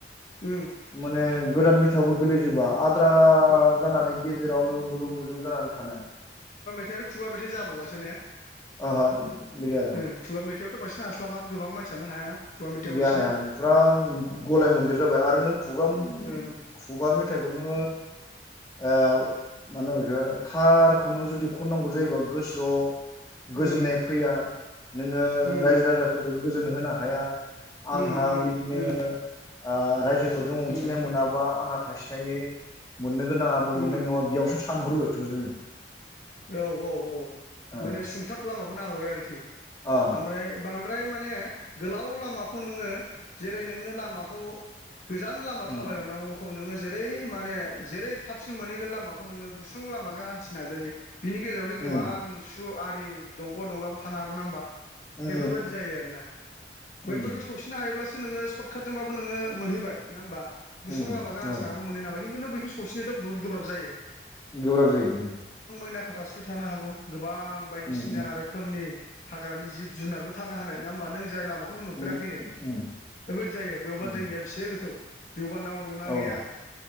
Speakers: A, on the left; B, on the left.
A: उम
B: माने गोदान मेथायावबो गोलैजोबा आद्रा
A: औ
B: जानानै गेजेरावनो गुलुं गुजुं जानानै थानाय
A: थाइ आरो खुगा मेथाइ जाबावलासो ने
B: ओहो बिदि आरो
A: उम खुगा मेथाइआवथ' बांसिन हास्लाबा गोबां मानसियानो हायाना खुगा मेथाइआव
B: गैयाहाया
A: बांसिन
B: ओं फुरा गलाय मोनदेर जाबाय आरो नों खुगा-खुगा
A: ओं
B: मेथाइखौ खुनु ओ मा होनो बेखो थार खौ नों जुदि खननांगौ जायोबा गोसोआव गोजोननाय
A: उम
B: फैया नोङो
A: उम
B: रायजो राजाफोरखो गोजोन होनो हाया
A: उम
B: आंहा
A: उम
B: बिदिनो
A: उम
B: ओ रायजोफोरजों अनसायनाय
A: उम
B: मोनाबा आंहा थाइसे थाइनै मोननो गोनाङाबो मोननाय
A: उम
B: नङा बेयावसो सानहरो थोंजोंनो
A: औ औ औ
B: ओ
A: माने सुंथाब लामाखौ नाहरो आरोखि
B: ओ
A: ओमफ्राय बांद्राय माने गोलाव लामाखौ नोङो जेरै नोङो लामाखौ गोजान लामा
B: उम
A: थाबायलांनांगौखौ नोङो जेरै माने जेरै थाबसिन मोनहैगोन लामाखौ नोङो गुसुं लामाजों हान्थि नाजायो बिनि गेजेरादि
B: उम
A: गोबां सु आरि दंग' दंलाबो थानो हागौ नङा होमबा
B: उम
A: बेफोरबादि जायो आरोना बैफोरखौ
B: उम
A: सौसिनो हायोब्लासो नोङो सर्ट काटजोंबाबो नोङो मोनहैबाया होनबा गुसुं
B: उम
A: लामाजों
B: उम
A: हान्थिनानैबो
B: औ
A: मोनैनो हायबाय खिनथु नों खौ सौसिनोथ' बहुत गोब्राब जायो
B: गोब्राब जायो
A: <unintelligible> खाथा सु थानो हागौ गोबां बायदिसिना
B: उम
A: रोखोमनि हाग्रानि जिब जुनारबो थानो हानाय नोङामबा नों जाय लामा खौनो नुफेराखैनो
B: उम उम
A: बे बायदि जायो बेयावबा
B: उम
A: दैमाया बेसे गोथौ बेवबा नाव दंना
B: औ
A: गैया